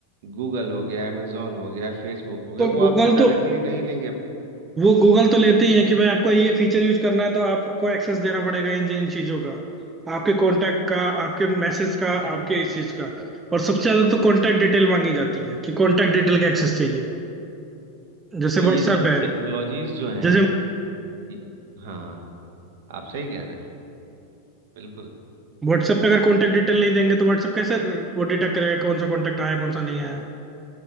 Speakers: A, on the right; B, on the right.
A: गूगल हो गया amazon हो गया फेसबुक हो गया
B: तो गूगल
A: वो आपसे
B: तो
A: डायरेक्टली नहीं लेंगे
B: वो गूगल तो लेते ही
A: ठीक
B: है
A: है
B: कि भाई आपको ये फीचर यूज करना है तो आपको एक्सेस देना पड़ेगा इन इन चीजों का आपके कांटेक्ट का आपके मैसेज का
A: बिल्कुल
B: आपके इस चीज का और सबसे ज्यादा तो कांटेक्ट डिटेल मांगी जाती है कि कांटेक्ट डिटेल का एक्सेस चाहिए जैसे
A: तो
B: व्हाट्सएप
A: ये सब
B: है
A: टेक्नोलॉजीज जो हैं
B: जैसे
A: ये- हाँ आप सही कह रहे हैं बिल्कुल
B: व्हाट्सएप पे अगर कॉन्टेक्ट डिटेल नहीं देंगे तो व्हाट्सएप कैसे वो डिटेक्ट करेगा कौन सा कॉन्टेक्ट आया कौन सा नहीं आया